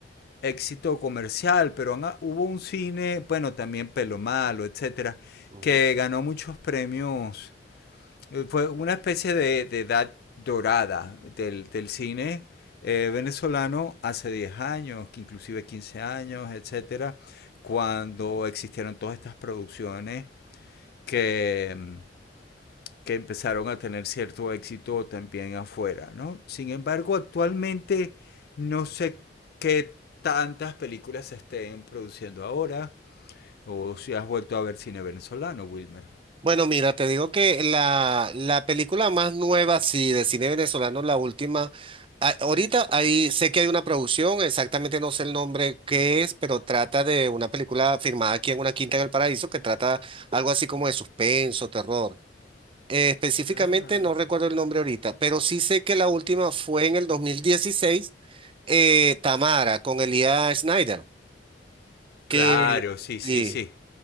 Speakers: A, on the left (about 60°); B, on the right (about 30°).
A: éxito comercial, pero han- hubo un cine, bueno, también Pelo Malo, etcétera,
B: Ujú.
A: que ganó muchos premios eh, Fue una especie de, de edad dorada del, del cine eh, venezolano hace 10 años, que inclusive 15 años, etcétera, cuando existieron todas estas producciones que, mm, que empezaron a tener cierto éxito también afuera, ¿no? Sin embargo, actualmente no sé qué tantas películas se estén produciendo ahora o si has vuelto a ver cine venezolano, Wilmer.
B: Bueno, mira, te digo que la, la película más nueva, sí, de cine venezolano, la última, a- ahorita ahí sé que hay una producción, exactamente no sé el nombre que es, pero trata de una película firmada aquí en una quinta en el paraíso que trata algo así como de suspenso, terror. Eh, específicamente
A: Ah,
B: no recuerdo el nombre ahorita, pero sí sé que la última fue en el 2016, eh, Tamara con Elías Schneider, que
A: claro, sí, sí,
B: y,
A: sí.